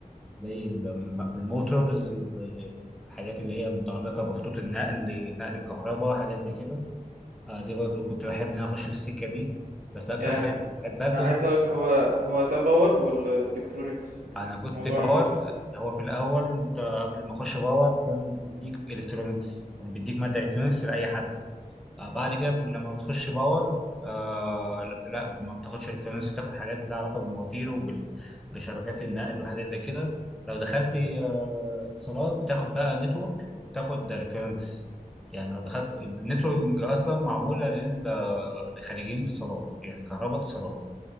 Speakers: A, in the centre; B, on the right.
A: زي الم- الموتورز الحاجات اللي هي متعلقة بخطوط النقل نقل الكهرباء حاجات زي كده آه دي برضه كنت بحب إن أنا أخش في السكة دي بس أكتر
B: يعني
A: حاجة كنت بحبها
B: أنا عايز أسألك هو هو ده power والّا electronics آآ
A: انا كنت
B: موضوع
A: باور
B: المotors؟
A: هو في الاول انت قبل ما اخش باور كان بيديك الكترونكس يعني بيديك ماده الكترونكس لاي حد آه بعد كده ب- لما بتخش باور آه لا ما بتاخدش الكترونكس بتاخد حاجات لها علاقه بالمواتير وبشبكات النقل وحاجات زي كده لو دخلت آه اتصالات بتاخد بقى نتورك وبتاخد الكترونكس يعني لو دخلت النتورك اصلا معموله لل- آه، لخريجين اتصالات يعني كهرباء اتصالات